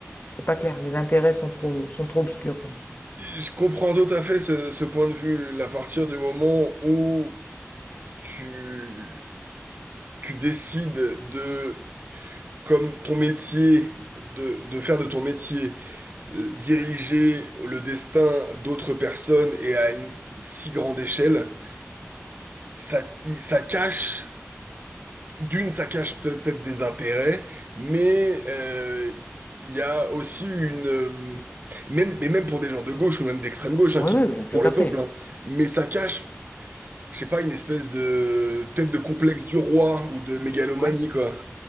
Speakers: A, on the left; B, on the right.
A: c'est pas clair. Les intérêts sont trop, sont trop obscurs pour moi.
B: Je comprends tout à fait ce, ce point de vue. À partir du moment où tu, tu décides de, comme ton métier, de, de faire de ton métier, euh, diriger le destin d'autres personnes et à une si grande échelle, ça, ça cache, d'une, ça cache peut-être des intérêts, mais euh, il y a aussi une... euh, Même, mais même pour des gens de gauche ou même d'extrême gauche, hein,
A: Oui,
B: qui,
A: oui, oui,
B: pour
A: tout
B: le
A: à fait.
B: peuple, hein, mais ça cache je sais pas, une espèce de, peut-être de complexe du roi ou de mégalomanie,
A: Ouais.
B: quoi.